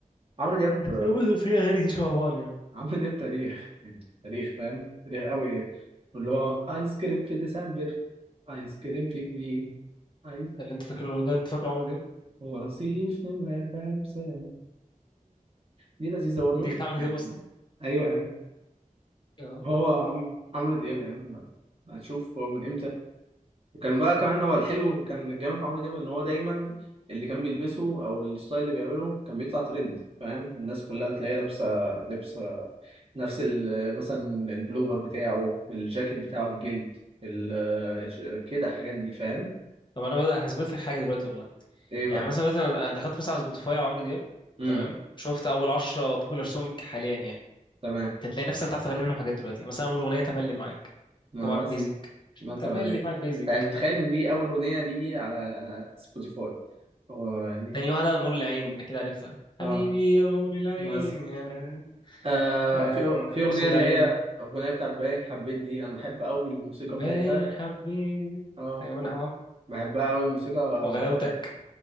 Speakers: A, on the right; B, on the left.
A: عمرو دياب
B: هو في أغاني كتير شبه بعض يعني
A: عمرو دياب تاريخ يعني تاريخ فاهم تاريخ قوي واللي هو ايس كريم في ديسمبر ايس كريم في جليم ايس
B: ده اللي أنت فاكره ده أنت فاكره عمرو دياب
A: هو رصيف نمرة خمسة دي لذيذة برضو
B: أنت كنت عامل
A: <coughs> <clears throat>
B: دياب أصلا
A: ايوه يا عم
B: أه
A: هو عم- عمرو دياب يا عم هتشوف هو من امتى وكان بقى كمان هو الحلو كان الجامد في عمرو دياب ان هو دايما اللي كان بيلبسه او الستايل اللي بيعمله كان بيطلع ترند فاهم الناس كلها تلاقيها لابسه لبسه نفس ال- مثلا البلوفر بتاعه الجاكيت بتاعه الجلد ال- ج- كده الحاجات دي فاهم
B: طب أنا بدأ هثبت لك حاجة دلوقتي والله
A: ايه بقى
B: يعني مثلا دلوقتي أنا أنا دخلت مثلا على سبوتيفاي على عمرو دياب
A: امم
B: تمام شفت أول 10 بوبولار سونج حاليا يعني
A: تمام
B: انت تلاقي نفسك بتعرف تغني منهم حاجات دلوقتي مثلا اول اغنيه تملي معاك
A: ما
B: طبعا
A: بس
B: بيزك
A: مثلا
B: تملي
A: يعني
B: معاك بيزك
A: يعني متخيل ان دي اول اغنيه لي على سبوتيفاي هو يعني
B: تاني واحده نور العين اكيد عارفها
A: اه
B: حبيبي يا نور العين
A: بس
B: يا انا
A: آه
B: آه،
A: في في اغنيه
B: قصاد
A: اللي
B: عيني
A: هي اغنيه بتاعت باين حبيت دي انا بحب قوي الموسيقى
B: باين
A: بتاعتها
B: حبيت
A: اه
B: ايوه انا هبقى.
A: بحبها قوي الموسيقى
B: وغلاوتك
A: بتاعتها